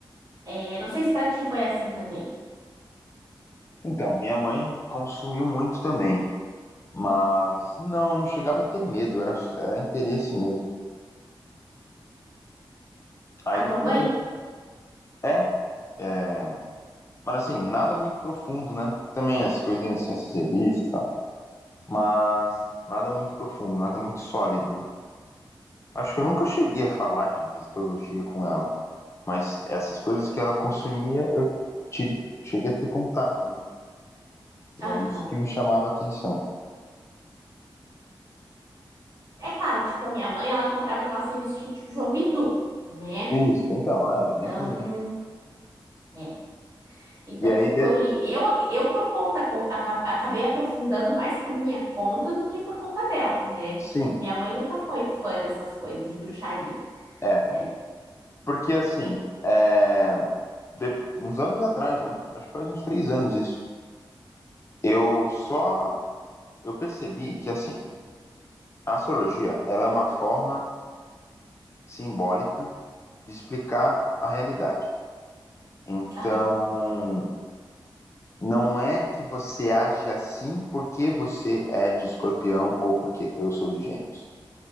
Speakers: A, on the right; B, on the left.
A: É, não sei se pra ti foi assim também.
B: Então, minha mãe consumiu muito também. Mas não, eu não chegava a ter medo, era, era interesse mesmo. Aí
A: A
B: depois
A: tua mãe?
B: eu. É, é, mas assim, nada muito profundo, né? Também as coisinhas assim, essas revistas e tal. Mas nada muito profundo, nada muito sólido, né? Acho que eu nunca cheguei a falar de astrologia com ela. Mas essas coisas que ela consumia, eu tive, cheguei a ter contato, né? E
A: Aham.
B: é isso que me chamava a atenção.
A: É claro, tipo, a minha mãe, ela comprava aquelas revistinhas tipo João Bidu, né?
B: Isso, então, ah,
A: Então,
B: a minha também.
A: é. Então,
B: E aí,
A: tipo,
B: de-
A: eu li, eu, eu por conta, co- aca- acabei aprofundando mais por minha conta do que por conta dela, né?
B: sim,
A: Tipo, minha mãe nunca foi fã dessas coisas de bruxaria,
B: é.
A: né?
B: Porque assim, é, de- uns anos atrás, né? Acho que faz uns três anos isso. Eu só eu percebi que assim, a astrologia, ela é uma forma simbólica de explicar a realidade. Então,
A: Aham.
B: não é que você age assim porque você é de escorpião ou porque eu sou de gêmeos.